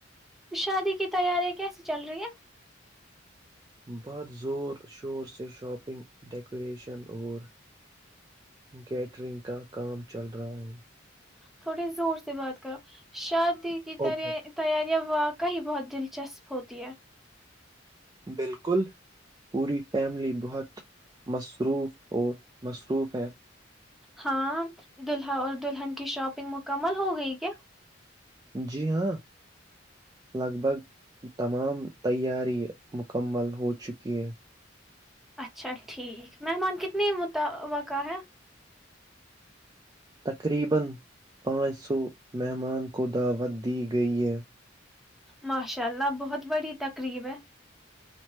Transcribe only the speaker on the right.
بہت زور شور سے شاپنگ ڈیکوریشن اور کیٹرنگ کا کام چل رہا ہے
اوکے
بلکل پوری فیملی بہت مصروف ہو مصروف ہے
جی ہاں لگ بھگ تمام تیاری مکمل ہو چکی ہے
تقریبن پانچ سو مہمان کو دعوت دی گئی ہے